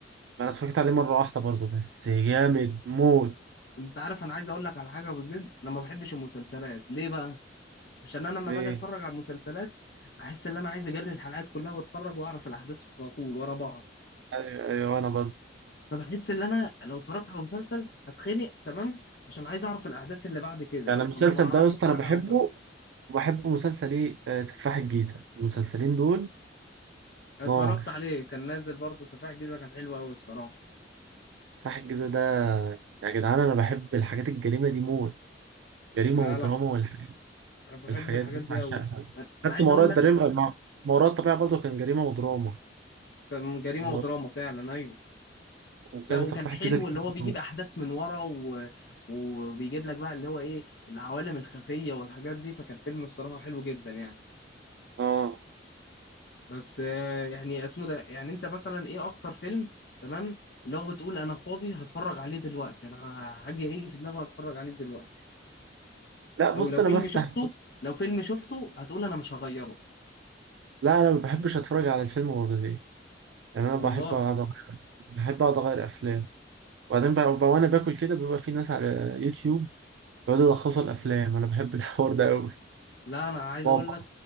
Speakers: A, on the right (about 75°); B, on the left (about 55°).
A: ما انا اتفرجت عليه مرة واحدة برضه بس جامد موت
B: انت عارف انا عايز اقول لك على حاجه يا ابو زيد انا ما بحبش المسلسلات ليه بقى عشان انا لما
A: ليه
B: باجي اتفرج على مسلسلات بحس ان انا عايز اجري الحلقات كلها واتفرج واعرف الاحداث على طول ورا بعض
A: ايوه ايوه انا برضه
B: فبحس ان انا لو اتفرجت على مسلسل هتخنق تمام عشان عايز اعرف الاحداث اللي بعد كده
A: يعني المسلسل
B: فما بعرفش
A: ده يا اسطى
B: اتفرج
A: انا بحبه
B: على مسلسل
A: وبحب مسلسل ايه آه، سفاح الجيزة المسلسلين دول
B: اتفرجت
A: نار
B: عليه كان نازل برضه سفاح الجيزه كان حلو قوي الصراحه
A: سفاح الجيزة ده يا جدعان انا بحب الحاجات الجريمة دي موت جريمة
B: لا
A: ودراما
B: لا
A: والح-
B: بحب
A: والحاجات
B: الحاجات
A: دي
B: دي
A: بعشقها
B: قوي انا
A: حتى
B: عايز
A: ما
B: اقول
A: وراء
B: لك
A: الجريمة ما ما وراء الطبيعة برضه كان جريمة ودراما
B: كان جريمه
A: و...
B: ودراما فعلا ايوه
A: وكان
B: لا وكان
A: سفاح
B: حلو
A: الجيزة جريمة
B: اللي هو
A: ودراما
B: بيجيب احداث من ورا و... وبيجيب لك بقى اللي هو ايه العوالم الخفيه والحاجات دي فكان فيلم الصراحه حلو جدا يعني
A: اه
B: بس آه، يعني اسمه ده يعني انت مثلا ايه اكتر فيلم تمام اللي هو بتقول انا فاضي هتفرج عليه دلوقتي انا ه- هاجي هيجي في دماغي هتفرج عليه دلوقتي
A: لا بص
B: او لو
A: انا
B: فيلم
A: بفتح
B: شفته لو فيلم شفته هتقول انا مش هغيره
A: لا انا ما بحبش اتفرج على الفيلم مرتين يعني انا
B: والله
A: بحب اقعد أغير- بحب اقعد اغير افلام وبعدين بقى بقى وانا باكل كده بيبقى في ناس على يوتيوب بيقعدوا يلخصوا الافلام انا بحب الحوار ده قوي
B: لا انا عايز
A: بابا
B: اقول لك